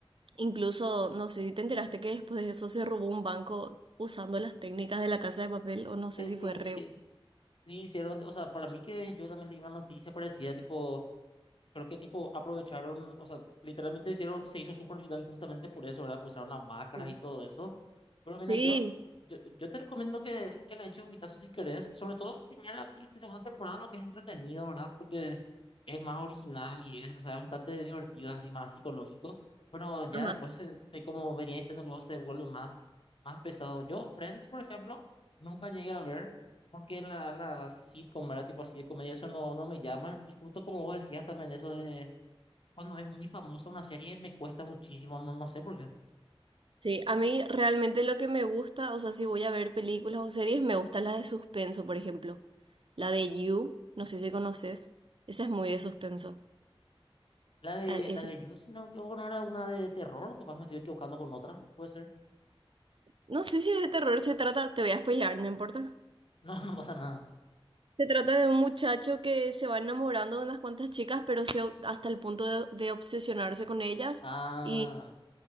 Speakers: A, on the right; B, on the left.
A: Incluso, no sé si te enteraste que después de eso se robó un banco usando las técnicas de la casa de papel, o no sé
B: sí
A: si fue
B: sí
A: re.
B: sí te hicieron, o sea, para mí que yo también leí una noticia parecida, tipo... creo que tipo aprovecharon, o sea, literalmente hicieron, se hizo súper viral justamente por eso, ¿verdad? Porque usaron las máscaras
A: Sí.
B: y todo eso. Pero mira,
A: Sí.
B: yo, yo, yo te recomiendo que, que le eches un vistazo si querés, sobre todo en primera y segunda temporada, lo que es entretenido, ¿verdad? Porque es más original y es, o sea, es bastante divertido, así más psicológico. Pero ya
A: Ajá.
B: después, se- se- como venía diciendo, luego se vuelve más, más pesado. Yo, Friends, por ejemplo, nunca llegué a ver porque la, la sitcom, ¿verdad? Tipo así de comedia, eso no, no me llama. Y justo como vos decías también, eso de cuando es muy famosa una serie, me cuesta muchísimo, no, no sé por qué.
A: Sí, a mí realmente lo que me gusta, o sea, si voy a ver películas o series, me gusta la de suspenso, por ejemplo. La de You, no sé si conoces. Esa es muy de suspenso.
B: La de,
A: Ah, Esa,
B: la de You, si no me equivoco, no era una de terror, o capaz me estoy equivocando con otra, puede ser. <laughs>
A: no sé si es de terror se trata, te voy a spoilar, no importa.
B: No, no pasa nada.
A: Se trata de un muchacho que se va enamorando de unas cuantas chicas, pero se, ob- hasta el punto de, de obsesionarse con ellas
B: Ah,
A: y,